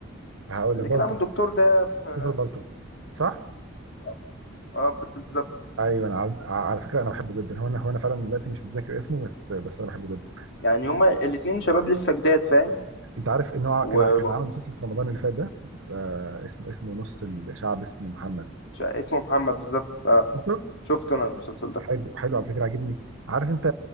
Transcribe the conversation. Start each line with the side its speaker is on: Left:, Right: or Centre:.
Right: هقول
Left: اللي
Right: لك بالطو
Left: كان عامل دكتور ده في
Right: مسلسل بالطو صح؟
Left: اه آه، بالظبط
Right: ايوه انا على على فكره انا بحبه جدا هو انا هو انا فعلا دلوقتي مش متذكر اسمه بس بس انا بحبه جدا
Left: يعني هما الاتنين شباب لسه جداد فاهم
Right: انت عارف ان هو
Left: و...
Right: كان
Left: و-
Right: ع- كان عامل مسلسل في رمضان اللي فات ده آه اسمه اسمه نص الشعب اسمه محمد
Left: ش- اسمه محمد بالظبط اه
Right: شفته؟
Left: شفت انا المسلسل ده
Right: حلو حلو على فكره عاجبني عارف انت